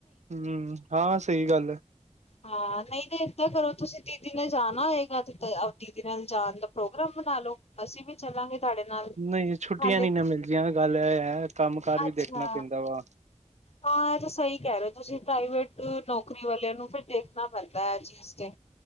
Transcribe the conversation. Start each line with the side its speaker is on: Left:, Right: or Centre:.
Right: ਹਮ ਹਾਂ ਸਹੀ ਗੱਲ ਐ।
Left: ਹਾਂ ਨਹੀਂ ਤੇ ਏਦਾਂ ਕਰੋ ਤੁਸੀਂ ਦੀਦੀ ਨੇ ਜਾਣਾ ਹੋਏਗਾ ਤੇ ਦੀਦੀ ਨਾਲ ਜਾਣ ਦਾ ਪ੍ਰੋਗਰਾਮ ਬਣਾ ਲਓ ਅਸੀਂ ਵੀ ਚੱਲਾਂਗੇ ਸਾਡੇ ਨਾਲ
Right: ਨਹੀਂ ਛੁੱਟੀਆਂ
Left: ਹਾਲੇ
Right: ਨੀ ਨਾ ਮਿਲਦੀਆਂ ਗੱਲ ਇਹ ਹੈ ਕੰਮ ਕਾਰ ਵੀ
Left: ਅੱਛਾ।
Right: ਦੇਖਣਾ ਪੈਂਦਾ ਵਾ
Left: ਹਾਂ ਇਹ ਤਾਂ ਸਹੀ ਕਹਿ ਰਹੇ ਓ ਤੁਸੀਂ ਪ੍ਰਾਈਵੇਟ ਨੌਕਰੀ ਵਾਲਿਆਂ ਨੂੰ ਫਿਰ ਦੇਖਣਾ ਪੈਂਦਾ ਏ ਐ ਚੀਜ਼ ਤੇ